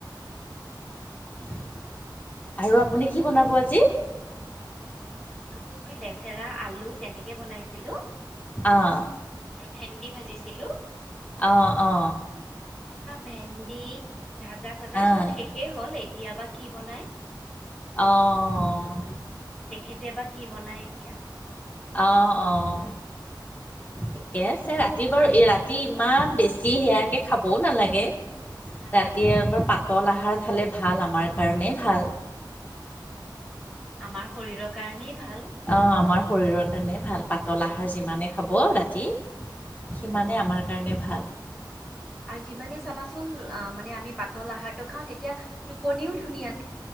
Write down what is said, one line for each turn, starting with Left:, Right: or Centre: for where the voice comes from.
Left: <unintelligible> আৰু আপুনি কি বনাব আজি
Centre: টো মই লেচেৰা আলু তেনেকে বনাইছিলো
Left: অঁ
Centre: ভেন্দি ভাজিছিলো
Left: আহ অ'।
Centre: ভেন্দি ভাজা চাজা
Left: অঁ
Centre: চব শেষেই হ'ল এতিয়া বা কি বনাই
Left: আহ
Centre: এতিয়া বা কি বনাই এতিয়া
Left: অ অঁ থিকে আছে ৰাতি বাৰু ৰাতি ইমান বেছি সেয়াকে খাবও নালাগে
Centre: নালাগে
Left: ৰাতিয়ে এবাৰ পাতল আহাৰ খালে ভাল আমাৰ কাৰণে ভাল
Centre: আমাৰ শৰীৰৰ কাৰণেই ভাল
Left: অ' আমাৰ শৰীৰৰ কাৰণে ভাল। পাতল আহাৰ যিমানে খাব ৰাতি সিমানেই আমাৰ কাৰণে ভাল।
Centre: আৰু যিমানে চাবাচোন মানে আমি পাতল আহাৰটো খাওঁ তেতিয়া টোপনিও ধুনীয়া